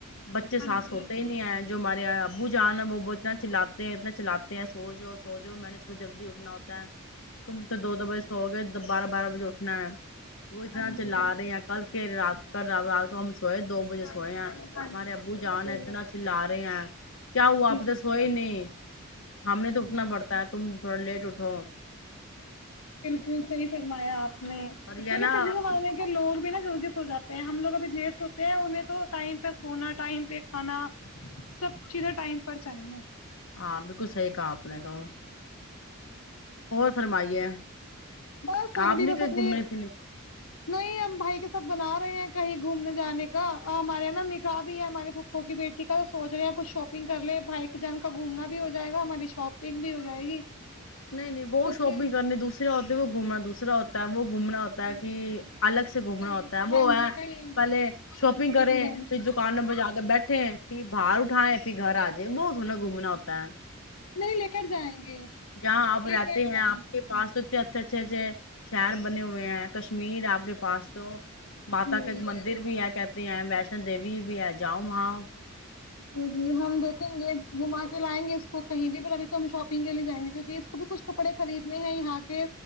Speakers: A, on the left (about 60°); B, on the left (about 75°).
A: بچے ستھ
B: ہاں جی
A: سوتے ہو ہی نہیں ہیں جو ہمارے ابو جان نہ وہ بہت نہ چلاتے ہیں اتنا چلاتے ہیں سو جاؤ سو جاؤ میں نے صوبہ جلدی اٹھنا ہوتا ہے تم تو دو دو بجے سو گئے بارہ بارہ بجے اٹھنا ہے وہ اتنا
B: ہاں
A: چلا
B: جی
A: کل کے رات کر رات کو ہم سوئے دو بجے
B: ہاں
A: سوئے
B: جی
A: ہیں ہمارے
B: ہاں جی
A: ابو
B: وہ
A: جان
B: تو
A: ہے اتنا چلا رہے ہیں کیا ہو
B: جی
A: آپتے
B: جی
A: سوئے نہیں ہم نے
B: جی
A: تو اٹنا پڑتا ہے تم تھوڑا لیٹ اٹھو
B: بالکل صحیح فرمایا آپ نے نے
A: اور یہ
B: کیونکہ
A: نا
B: پچھلے زمانے کے لوگ بھی نہ جلدی سو جاتے ہیں ہم لوگ ابھی لیٹ ہوتے ہیں انہیں تو ٹائم پہ سونا ٹائم پہ کھانا سب چیزیں ٹائم پر چاہیے
A: ہاں بلکل صحیح کا اپنے تو اور فرمائیے
B: بس ہم
A: آپ
B: بھی
A: نہیں
B: بس
A: کہیں
B: اپنے
A: گھومنے پھرنے
B: نہیں ہم بھائی کے ساتھ بنا کہیں گھومنے جانے کا ہمارے نا نکاح بھی ہے ہمارے پپو کی بیٹی کا تو سوچ رہے ہیں کچھ شاپنگ کر لے بھائی جان کا گھومنا بھی ہو جائے گا ہماری شاپنگ بھی ہو جائے گی
A: نہیں نہیں وہ
B: کیونکہ
A: شاپنگ کرنی دوسر ہوتے وہ گھومنا دوسرا ہوتا <unintelligible> گھومنا ہوتا
B: جی
A: ہے کہ الگ سے گھومنا
B: کہیں
A: ہوتا ہے
B: ہاں
A: وہ ہے
B: جی کہیں
A: پہلے شاپنگ
B: لے
A: کریں
B: کے جانا
A: پھر دکانوں پے جا کے بیٹھے ٹھیک ہے کہیں باہر اٹھائے پھر گھر آ جائےوہ تھوڑی نہ گھومنا ہوتا ہے
B: نہیں لے کر جائیں گے
A: جہاں آپ
B: لے
A: رہتے
B: کر
A: ہیں
B: جائیں
A: آپ
B: گے
A: کے پاس اچھے اچھے اچھے شہر بنے ہوئے ہیں کشمیر آپ کے پاس تو ماتا
B: جی
A: کا ایک مندر بھی ہے کہتے ویشنو دیوی بھی ہے جاؤ وہاں
B: جی جی ہم دیکھیں گے گوما کے لائیں گے اس کو کہیں بھی پر ابھی تو ہم شاپنگ کے لیے جائیں گے کیکہ اس کو بھی کچھ کپڑے خریدنے ہیں یہاں آ کے